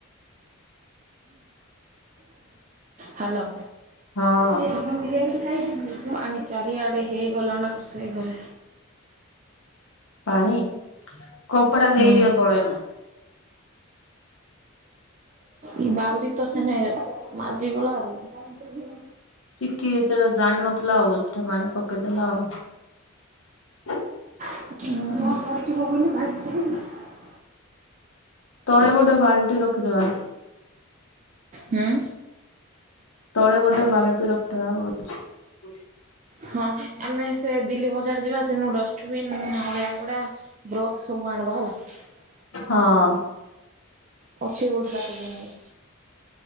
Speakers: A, on the right; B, on the left.
A: ହାଲୋ
B: ହଁ
A: । ପାଣି ଚାରି ଆଡେ ହେଇ ଗଲା ନା ସେଇ ଘରେ।
B: ପାଣି କପଡା ଦେଇଦିଅ
A: ହଁ।
B: ତଳେ।
A: ଏଇ ବାଉରୀ ତ ସେନେ ମାଜିିଗଲା ଆଉ
B: ଚିକି ସେଟା ଜାଣିିନଥିଲା ଆଉ ସେଠା ପାଣି ପକେଇଦେଲା ଆଉ <inaudible>
A: <unintelligible>
B: ତଳେ ଗୋଟେ ବାଲଟି ରଖିଦବା।
A: ହୁଁ।
B: ତଳେ ଗୋଟେ ବାଲଟି ରଖୀଦେବା ବହୁ
A: ହଁ ଆମେ ସେ ଦିଲ୍ଲୀ ବଜାର ଯିବା। ସେନୁ ଡଷ୍ଟବିନ ଅଳିଆ କୁଡା ବ୍ରସ୍ ସବୁ ଆଣ ବା ହେଲା ।
B: ହଁ।
A: ପଛରେ ବସିଲା ଏତେ ଦିନରେ